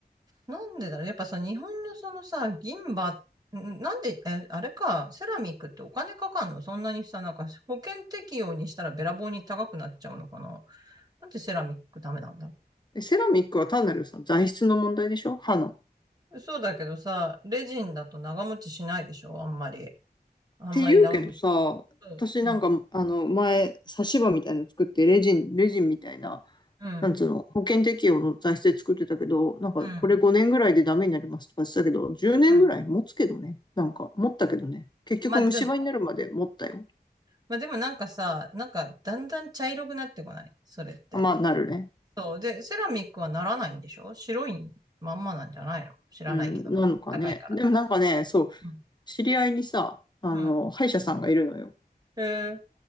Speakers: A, on the right (about 25°); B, on the left (about 25°).
A: う。なんでだろう。やっぱさ、日本のそのさ、銀歯、んなんで、え、あれか、セラミックってお金かかんのそんなにさ、なんか保険適用にしたらべらぼうに高くなっちゃうのかななんでセラミックダメなんだろ
B: えセラミックは単なるさ、材質の問題でしょ歯の。っ
A: う。そうだけどさ、レジンだと長持ちしないでしょあんまり。あんまり長持ち。
B: て言うけどさ、
A: そううん。
B: 私なんか、あの、前、差し歯みたいなの作って、レジン、レジンみたいな、
A: うん。
B: なんつうの、保険適用の財政作ってたけど、なんかこれ5年ぐらいでダメになりますとか言ってたけど、
A: うん。
B: 10年ぐらい持つけどね。
A: うん。
B: なんか持ったけどね。結局虫歯になるまで持ったよ。
A: まあでも、まあでもなんかさ、なんかだんだん茶色くなってこないそれって。
B: あ、まあなるね。
A: そう。で、セラミックはならないんでしょ白いまんまなんじゃないの知らないけど。
B: うん、なのかね。
A: 高いから。
B: でもなんかね、そう、
A: うん。
B: 知り合いにさ、あの、
A: う
B: 歯医者さんがいるのよ。
A: ん。へえ。